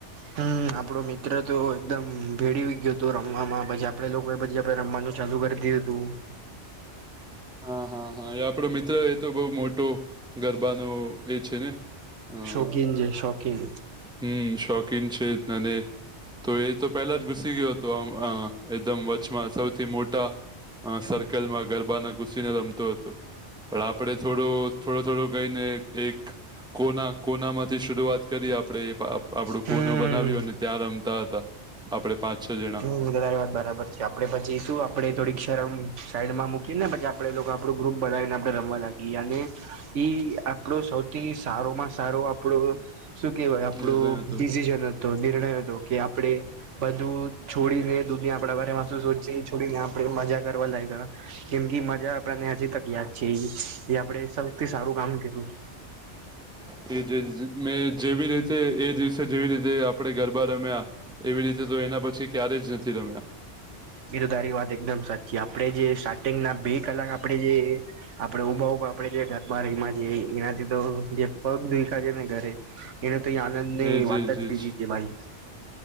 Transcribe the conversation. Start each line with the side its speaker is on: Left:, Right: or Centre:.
Right: હમ આપડો મિત્ર તો એકદમ ભેળ ગયો હતો રમવામાં પછી આપડે પછી આપડે રમવાનું ચાલુ કરતી હતુ
Centre: હા હા હા એ આપડો મિત્ર એ તો બહ મોટો ગરબાનો એ છેને હમ
Right: શોખીન છે શોખીન
Centre: હમ શોખીન છે અનેને તો એ તો પહેલા જ ઘુસી ગયો હતોમ એકદમ કચમાં સૌથી મોટા સર્કલમાં ગરબાના ઘુસીને રમતું હતુ પણ આપડ થોડો થોડો થોડો કઈને એક કોના કોના માંથી શરૂઆત કરી આપડે આપડું
Right: હમ
Centre: કોનું બનાવ્યું અને ત્યાં રમતા હતા આપડે પાંચ છ. જણા
Right: -રે વાત બરાબર છે. આપડેી શું આપડે થોડીક શરમ સાઈડમાં મૂકીને પછી આપ આપણો ગ્રુપ બનાવીને આપડે રમવા લાગીએ અને ઈ આપડો સૌથી સારો માં સારો અપડ શું કેહેવાય આપણું
Centre: નિર્ણય હતો
Right: ડિસિઝન હતો નિર્ણય હતો કે આપડે બધું છોડીને દૂધી આપડા બ મસૂસ હોય છે. છોડીને આપડે મજા કરવા લાગ કેમ કે મજા આપને હજી તક યાદ છે. એ આપડે સૌથી સારું કામ કર્યું
Centre: એ જે મેં જેવી રીતે એ દિવસે જેવી રીતે આપણે ગરબા રમ્યા એવી રીતે તો એના પછી ક્યારેય જ નથી તમે
Right: એતો તારી વાત એકદમ સાચી આપડે જે સાચી ના બે કલાક આપે જે આપણેે ઉભા ઉભ આપડે બારીક માં છે. એનાથી તો જે પગ દુઈખા છે. ને એને તો આનંદ ની
Centre: એજ
Right: વાત
Centre: એજ
Right: જ
Centre: એજ
Right: બીધી છે. ભાઈ